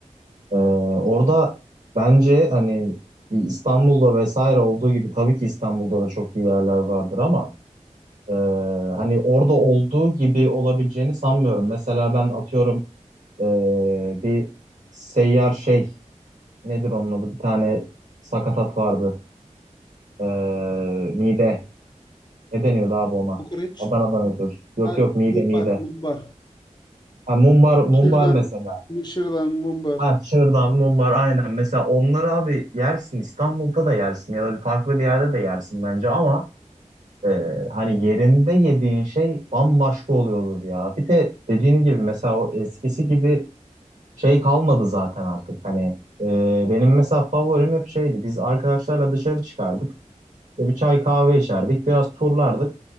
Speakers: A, on the right; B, on the left.
A: E, orada bence hani İstanbul'da vesaire olduğu gibi tabii ki İstanbul'da da çok iyi yerler vardır ama e, hani orada olduğu gibi olabileceğini sanmıyorum. Mesela ben atıyorum e, bir seyyar şey nedir onun adı? Bir tane sakatat vardı. Ee, mide. Ne deniyordu abi ona?
B: Kokoreç.
A: Adana'dan ötürü. Yok
B: Ha,
A: yok mide
B: mumbar,
A: mide.
B: mumbar.
A: Ha, mumbar, mumbar
B: Şırdan,
A: mesela.
B: şırdan, mumbar.
A: Ha şırdan, mumbar aynen. Mesela onları abi yersin. İstanbul'da da yersin ya da bir farklı bir yerde de yersin bence ama e, hani yerinde yediğin şey bambaşka oluyordur ya. Bir de dediğin gibi mesela o eskisi gibi şey kalmadı zaten artık. Hani e, benim mesela favorim hep şeydi. Biz arkadaşlarla dışarı çıkardık. İşte bir çay kahve içerdik. Biraz turlardık.